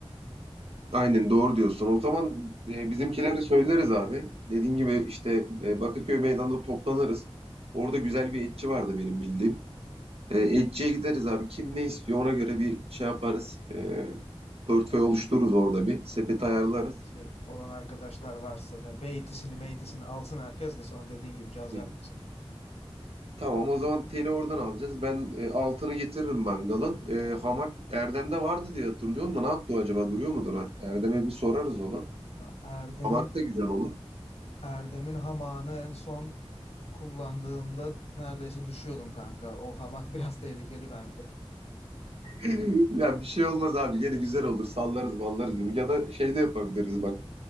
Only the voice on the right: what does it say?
Aynen doğru diyorsun. O zaman e, bizimkileri söyleriz abi. Dediğin gibi işte e, Bakırköy Meydan'da toplanırız. Orada güzel bir etçi vardı benim bildiğim. E, etçiye gideriz abi. Kim ne istiyor ona göre bir şey yaparız. E, portföy oluştururuz orada bir. Sepet ayarlarız.
Hı
hı. Tamam o zaman teli oradan alacağız. Ben e, altını getiririm mangalın. E, hamak Erdem'de vardı diye hatırlıyorum da ne yaptı o acaba? Duruyor mudur? Ha? Erdem'e bir sorarız onu.
Hamak da güzel olur.
<laughs> Ya bir şey olmaz abi. Yine güzel olur. Sallarız mallarız. Ya da şey de yapabiliriz bak.